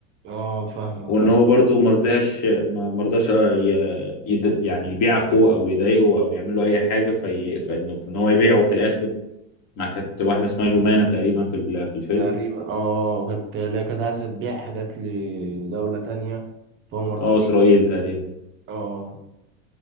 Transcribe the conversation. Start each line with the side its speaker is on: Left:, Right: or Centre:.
Right: اه فاهمك
Left: وان
Right: فاهم
Left: هو برضو مرضاش ما- مرضاش ي- يد- يعني يبيع اخوه او يضايقه او يعمل له اي حاجه في فانه ان هو يبيعه في الاخر ما كانت واحده اسمها جمانه تقريبا في ال- في الفيلم
Right: تقريبا اه كانت لا كانت عايزة تبيع حاجات لدولة تانية فهو مرضاش
Left: اه اسرائيل تقريبا
Right: اه